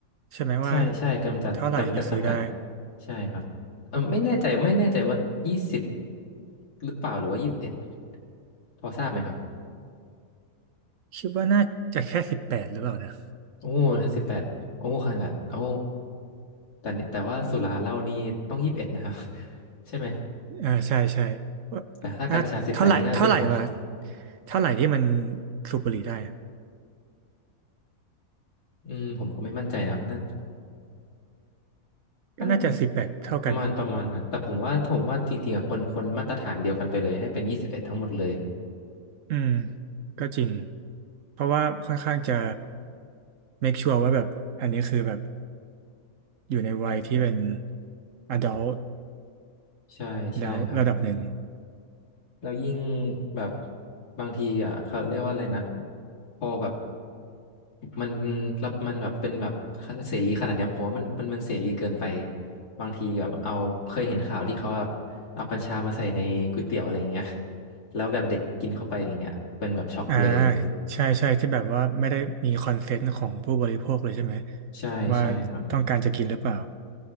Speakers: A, on the right; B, on the left.
A: ใช่ไหมว่า
B: ใช่ใช่กำจัดจำกัดจำกัด
A: เท่าไหร่ถึงจะซื้อได้
B: ใช่ครับเออไม่แน่ใจไม่แน่ใจว่ายี่สิบหรือเปล่าหรือว่ายี่สิบเอ็ดพอทราบไหมครับ
A: คิดว่าน่าจะแค่สิบแปดหรือเปล่านะ
B: โอ้ถ้าสิบแปดโอ้ขนาดโอ้แต่นี่แต่ว่าสุราเหล้านี่ต้องยี่สิบเอ็ดนะครับ <laughs> ใช่ไหม
A: อ่าใช่ใช่ว่า
B: แต่ถ้ากัญชาสิบแปดนี่น่าจะเป็นห่วง
A: อ่าเท่าไหร่เท่าไหร่วะเท่าไหร่ที่มันสูบบุหรี่ได้อะ
B: อืมผมก็ไม่มั่นใจนะครับน่า
A: ก็น่าจะสิบแปดเท่ากันนะ
B: น่าประมาณประมาณนะแต่ผมว่าผมว่าจริงๆอะคนคนมาตรฐานเดียวกันไปเลยให้เป็นยี่สิบเอ็ดทั้งหมดเลย
A: อืมก็จริงเพราะว่าค่อนข้างจะ make sure ว่าแบบอันนี้คือแบบอยู่ในวัยที่เป็น adult
B: ใช่ใช่ครับ
A: แล้วระดับหนึ่ง
B: แล้วยิ่งแบบบางทีอ่ะเขาเรียกว่าอะไรนะพอแบบมันรับมันแบบเป็นแบบเสรีขนาดเนี้ยผมว่ามันมันมันเสรีเกินไปบางทีแบบเอาเคยเห็นข่าวที่เขาแบบเอากัญชามาใส่ในก๋วยเตี๋ยวอะไรอย่างเงี้ยแล้วแบบเด็กกินเข้าไปอะไรเงี้ยเป็นแบบช็อกเลย
A: อ่าใช่ใช่ที่แบบว่าไม่ได้มีคอนเซนต์ของผู้บริโภคเลยใช่ไหม
B: ใช่ใช่ครับ
A: ว่าต้องการจะกินหรือเปล่า